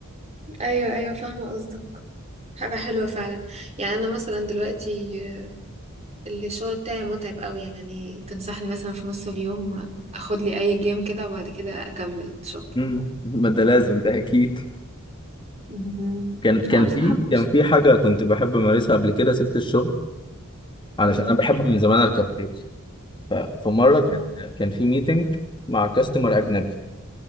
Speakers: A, on the right (about 30°); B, on the left (about 20°).
A: ايوه ايوه فاهمه قصدك حاجه حلوه فعلا يعني انا مثلا دلوقتي آه، الشغل بتاعي متعب قوي يعني تنصحني مثلا في نص اليوم اخد لي اي جيم كده وبعد كده اكمل شغل
B: مم. ما ده لازم ده اكيد
A: مهم.
B: كان كان
A: لا أنا بصراحه
B: في
A: مبسوطة.
B: كان في حاجه كنت بحب امارسها قبل كده سبت الشغل علشان
A: مم.
B: انا بحب من زمان اركب خيل ففي مره
A: الله
B: كان كان في ميتنج مع كاستمر اجنبي